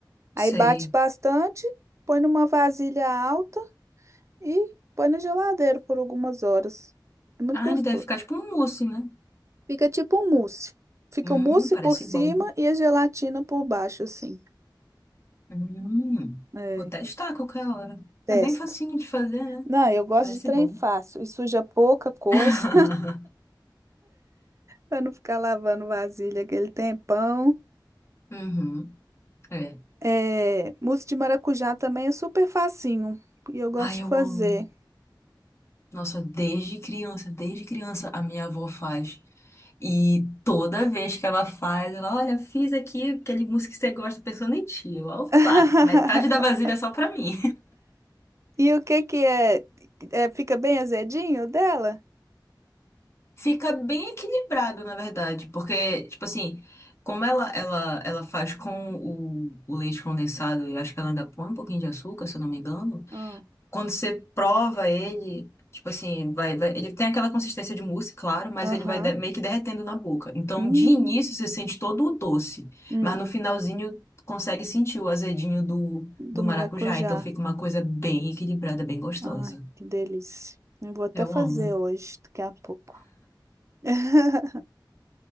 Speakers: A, on the left; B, on the right.
A: Sei.
B: Aí bate bastante, põe numa vasilha alta e põe na geladeira por algumas horas. É muito
A: Ah,
B: gostoso.
A: ele deve ficar tipo um mousse, né?
B: Fica tipo um mousse. Fica
A: Hum,
B: o mousse
A: parece
B: por cima
A: bom.
B: e a gelatina por baixo, assim.
A: Hum.
B: É,
A: Vou testar a qualquer hora.
B: testa.
A: É bem facinho de fazer, né?
B: Não, eu gosto
A: Parece
B: de trem
A: bom.
B: fácil e suja pouca coisa.
A: <laughs>
B: Pra não ficar lavando vasilha aquele tempão.
A: Uhum. É.
B: É, mousse de maracujá também é super facinho. E eu gosto
A: Ai,
B: de fazer.
A: eu amo. Nossa, desde criança, desde criança a minha avó faz. E toda vez que ela faz, ela, olha, fiz aqui aquele músico que você gosta pensando em ti. Eu, Opa,
B: <laughs>
A: metade da vasilha é só pra mim.
B: E o que que é? É, fica bem azedinho o dela?
A: <laughs> Fica bem equilibrado, na verdade, porque, tipo assim, como ela, ela, ela faz com o, o leite condensado, eu acho que ela ainda põe um pouquinho de açúcar, se eu não me engano.
B: Ah,
A: quando você prova ele, tipo assim, vai, vai- ele tem aquela consistência de mousse, claro, mas
B: Aham.
A: ele vai de- meio que derretendo na boca. Então,
B: Hum,
A: de início, você sente todo o doce,
B: hum,
A: mas no finalzinho consegue sentir o azedinho do, do
B: do maracujá.
A: maracujá. Então, fica uma coisa bem equilibrada, bem gostosa.
B: Ai, que delícia. Eu vou até
A: Eu
B: fazer
A: amo.
B: hoje, daqui a pouco. <laughs>